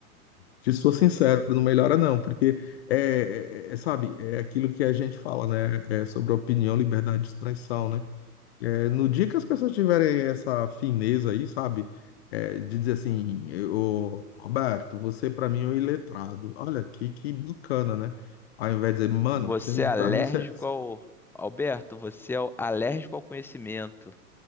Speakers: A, on the left (about 45°); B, in the centre.
A: te sou sincero, não melhora não, porque é, é- é, sabe, é aquilo que a gente fala, né? É sobre opinião, liberdade de expressão, né? É, no dia que as pessoas tiverem essa fineza aí, sabe? É, de dizer assim, ô, Roberto, você pra mim é um iletrado. Olha, que, que bacana, né? Ao invés de dizer, mano,
B: Você
A: você-
B: é alérgico
A: pra mim você
B: ao. Alberto, você é alérgico ao conhecimento.